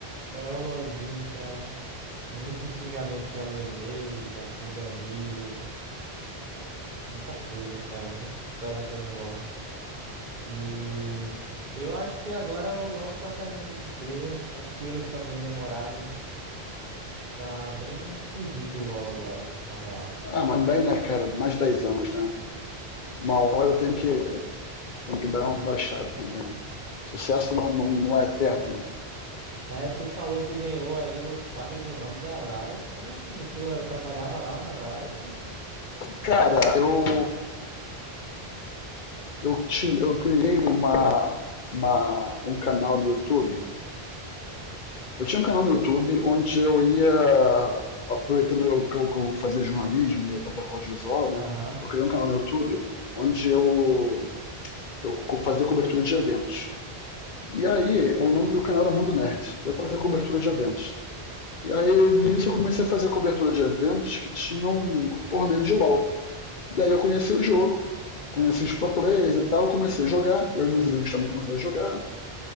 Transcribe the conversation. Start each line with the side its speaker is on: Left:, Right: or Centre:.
Right: É o LoLzinho, cara. Muito xingamento já levei, já fui banido. Muita coisa, cara. Muita história tem no LoL. E eu acho que agora o LoL tá perdendo muito player. As filas estão bem demoradas. Tá bem esquisito o LoL agora, na real.
Left: Ah, mas bem, né, cara? Mais de 10 anos, né? Uma hora tem que, tem que dar uma baixada também, né? Sucesso não, não, não é eterno ainda.
Right: É, tu falou que ganhou aí o quadro do Rambo da Riot. Como assim? Tu eh, trabalhava lá na Riot? cara?
Left: Cara, eu, eu, te, eu criei uma, uma, um canal no YouTube Eu tinha um canal no YouTube onde eu ia, aproveitando eu- que eu, que eu fazia jornalismo e estava com audiovisual, né?
Right: Aham.
Left: Eu criei um canal no YouTube onde eu, eu co- fazia cobertura de eventos. E aí, o nome do canal era Mundo Nerd. Eu fazia cobertura de eventos. E aí, nisso, eu comecei a fazer cobertura de eventos que tinham um torneio de LoL. E aí, eu conheci o jogo, conheci os pro players e tal, comecei a jogar. Eu e meus amigos também começaram a jogar.